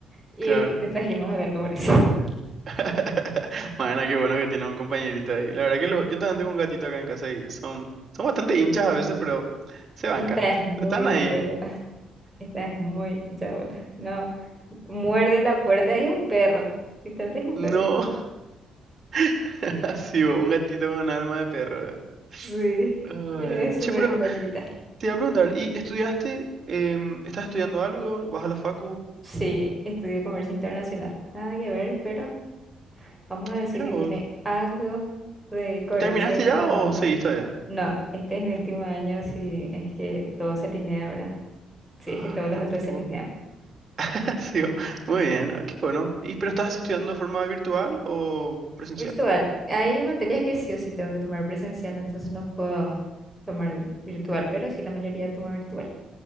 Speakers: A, in the centre; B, on the right.
A: Y
B: claro.
A: le trajimos al gato por eso. <laughs>
B: <laughs> Mañana, qué bueno que tiene un compañerito ahí. La verdad que los- yo también tengo un gatito acá en casa y son, son bastante hinchas a veces, pero se banca.
A: Esta es muy
B: Están
A: rompebolas,
B: ahí.
A: esta es muy chabola. No, muerde la puerta, es un perro, literal es un
B: No,
A: perro.
B: <laughs> así, vos, un gatito con alma de perro. eh.
A: Sí,
B: Ay, ay.
A: pero es súper
B: Che, pero
A: compañerita.
B: te iba a preguntar, ¿y estudiaste? Em, ¿estás estudiando algo? ¿Vas a la facu?
A: Sí, estudié comercio internacional. Nada que ver, pero vamos a decir
B: Mira
A: que
B: vos.
A: tiene algo de coherencia
B: ¿Terminaste
A: con
B: ya
A: el
B: o
A: banco.
B: seguís todavía?
A: No, este es mi último año si es que todo se alinea, ¿verdad? Si
B: Ah,
A: es que todos
B: mira
A: los otros
B: un poco.
A: se alinean.
B: <laughs> Ha sido- Muy bien, ah, qué bueno. ¿Y pero estás estudiando de forma virtual o presencial?
A: Virtual. Hay materias que sí o sí tengo que tomar presencial, entonces no puedo tomar virtual, pero sí la mayoría toma virtual.